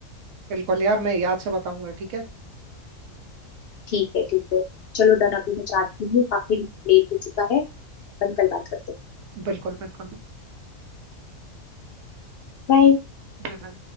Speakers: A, on the right (about 80°); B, on the left (about 65°).
A: बिल्कुल यार मैं याद से बताऊंगा ठीक है
B: ठीक है ठीक है चलो डन अभी मैं जाती हूँ काफी लेट हो चुका है अपन कल बात करते हैं
A: बिल्कुल बिल्कुल
B: बाय
A: Bye bye